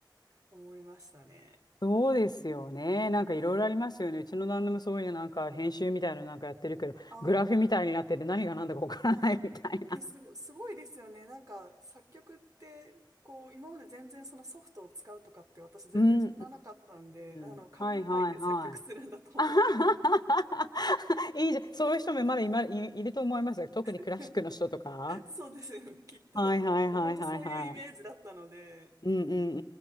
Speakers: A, on the right; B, on the left.
A: 思いましたね。
B: そうですよね。なんかいろいろありますよね。
A: えー、
B: うちの旦那もそういうなんか編集みたいなのなんかやってるけど、
A: あー
B: グラフみたいになってて何が何だかわからないみたいな。
A: はいはい。ね、すごい、すごいですよね。なんか、作曲って、こう、今まで全然そのソフトを使うとかって私全然知らなかったんで、
B: うん、
A: あの、
B: うん。
A: 紙に書いて作曲するんだと思って。
B: はいはいはい。<laughs> あははははいいじゃん。そういう人もまだ今い、いると思いますよ。特にクラシックの人とか。
A: <laughs> そうですよね、きっと。
B: はいはいはいはいはい。
A: もう本当そういうイメージだったので、
B: うんうん